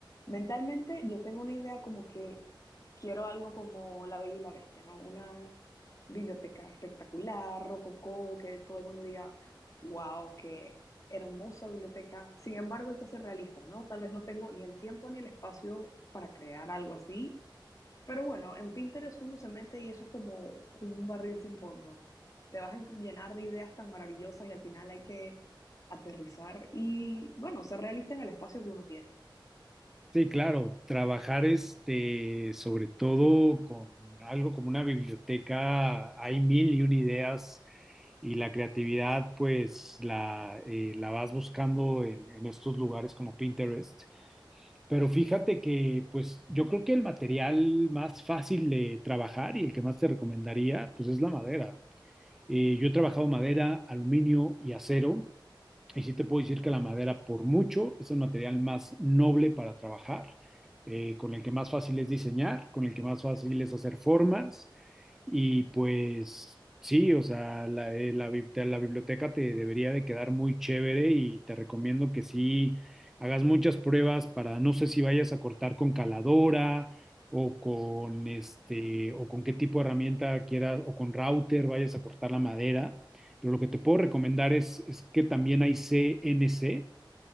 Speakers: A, on the left; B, in the centre.
A: mentalmente yo tengo una idea como que quiero algo como La Bella y la Bestia, ¿no? Una biblioteca espectacular, rococó, que todo el mundo diga, wow, qué hermosa biblioteca. Sin embargo, hay que ser realistas, ¿no? Tal vez no tengo ni el tiempo ni el espacio para crear algo así pero bueno, en Pinterest uno se mete y eso es como un barril sin fondo. Te vas a en- llenar de ideas tan maravillosas y al final hay que aterrizar y, bueno, ser realista en el espacio que uno tiene.
B: Sí, claro, trabajar este, sobre todo con algo como una biblioteca, hay mil y una ideas y la creatividad pues la, eh, la vas buscando en, en estos lugares como Pinterest Pero fíjate que, pues, yo creo que el material más fácil de trabajar y el que más te recomendaría, pues, es la madera. Eh, yo he trabajado madera, aluminio y acero, y sí te puedo decir que la madera, por mucho, es el material más noble para trabajar, eh, con el que más fácil es diseñar, con el que más fácil es hacer formas. Y pues sí, o sea, la, eh, la bib- la biblioteca te debería de quedar muy chévere y te recomiendo que sí hagas muchas pruebas para, no sé si vayas a cortar con caladora o con este, o con qué tipo de herramienta quieras, o con router vayas a cortar la madera. Pero lo que te puedo recomendar es, es que también hay CNC